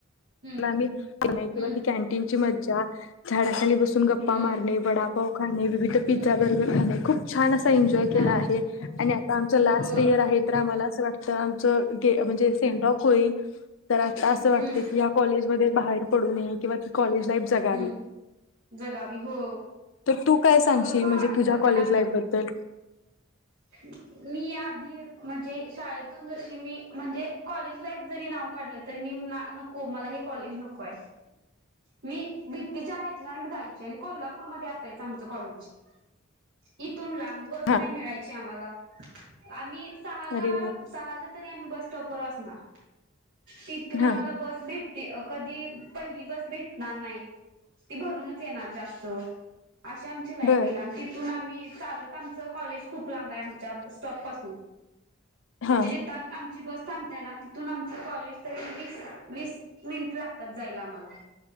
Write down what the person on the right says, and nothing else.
हम्म
हम्म
हम्म
हम्म
का
नाही
खूप
हो हम्म
हम्म
हम्म जगावी हो,
स्ट्रगल
पण
वाढत
जातं
ना आता.
<unintelligible> मी आधी म्हणजे शाळेतून जशी मी, म्हणजे कॉलेज लाईफ जरी नाव काढलं तर मी म्हणार, नको मला हे कॉलेज नकोय. मी भीतीच्या हेचान जायचे आणि कोल्हापूरमध्ये असायचं आमचं कॉलेज. इथून लांब बस
नाही मिळायची आम्हाला, आम्ही सहाला
सहाला तरी आम्ही बस स्टॉप वर असणार, तिथून आम्हाला
बस भेट ती कधी पहिली बस भेटणार नाही, ती भरूनच येणार जास्त. अशी आमची लाईफ
गेलं आणि ति तून आम्ही चालत आमच कॉलेज खूप लांब आहे, आमच्या स्टॉप पासून म्हणजे
तान, आमची बस थांबत्या ना तिथून आमचं कॉलेज तरी वीस, वीस मिनट लागतात जायला आम्हाला.